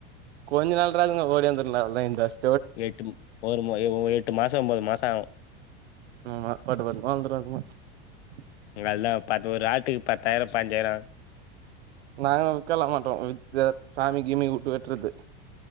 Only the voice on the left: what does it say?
எட்டும் ஒரு எட்டு மாசோ ஒம்போது மாச ஆவ்
அதுதா பத்து ஒரு ஆட்டுக்கு பத்தாயிரோ பஞ்சாயிரோ